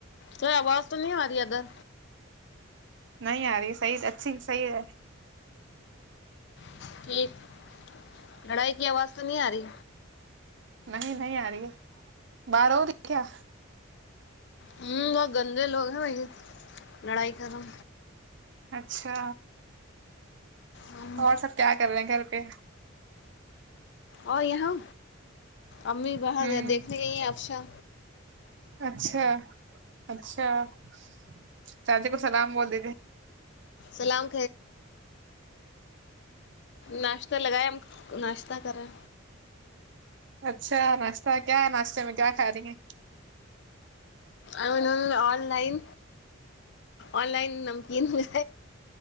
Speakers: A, on the left; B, on the right.
A: کوئی آواز تو نہیں ہماری ادھر
B: نہیں آ رہی صحیح اچھی صحی ہے
A: <unintelligible> کی آواز تو نہیں آ رہی
B: نہیں نہیں آ رہی ہے بار ہو رہی کیا
A: ہوں بہت گندے لوگ ہیں بھائی یہ لڑائی کروں
B: <inaudible> اچھا
A: ہوں
B: اور سب کیا کر رہے ہیں گھر پ <unintelligible>
A: اور یہاں امی باہر
B: ہوں
A: گیا دیکھنے گئی ہیں افشا
B: اچھا اچھا <unintelligible> سلام بول دیجیے
A: سلام ناشتہ لگا ناش تا کریں
B: اچھا ناشتہ کیا ہے ناشتے میں کیا کھا رہی ہیں
A: ا آن لائن آن لائن نمکن م